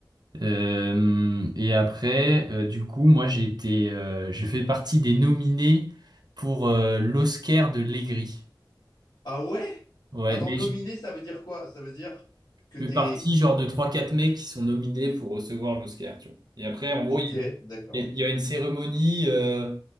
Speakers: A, on the right; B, on the left.
A: Euh, et après, euh, du coup, moi, j'ai été, euh, je fais partie des nominés pour euh, l'Oscar de l'Aigri.
B: Ah ouais?
A: Ouais,
B: Attends,
A: mais
B: nominé,
A: je
B: ça veut dire quoi? Ça veut dire que t'es...
A: fais partie genre de trois quatre mecs qui sont nominés pour recevoir l'Oscar, tu vois. Et après, en gros,
B: Ok,
A: il
B: d'accord.
A: y, a il y a une cérémonie euh,